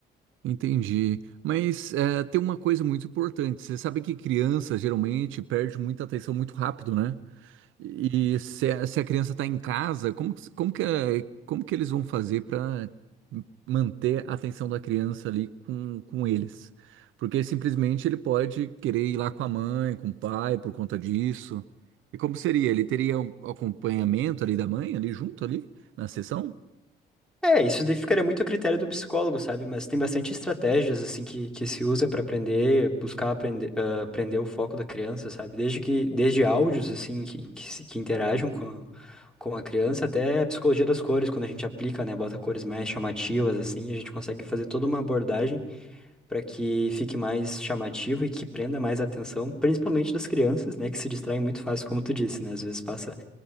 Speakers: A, on the right; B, in the centre.
A: Entendi. Mas eh, tem uma coisa muito importante. Você sabe que criança geralmente perde muita atenção muito rápido, né? E se a, se a criança está em casa, como, que- como que, é- como que eles vão fazer para manter a atenção da criança ali com, com eles? Porque simplesmente ele pode querer ir lá com a mãe, com o pai, por conta disso. E como seria? Ele teria um acompanhamento ali da mãe, ali junto, ali, na sessão?
B: É, isso daí ficaria muito a critério do psicólogo, sabe? Mas tem bastante estratégias, assim, que, que se usa pra aprender, buscar aprender, ah, aprender o foco da criança, sabe? Desde que, desde áudios, assim, que, que, se- que interagem com a, com a criança, até a psicologia das cores, quando a gente aplica, né? Bota cores mais chamativas, assim, a gente consegue fazer toda uma abordagem para que fique mais chamativo e que prenda mais a atenção, principalmente das crianças, né, que se distraem muito fácil, como tu disse, né? Às vezes passa,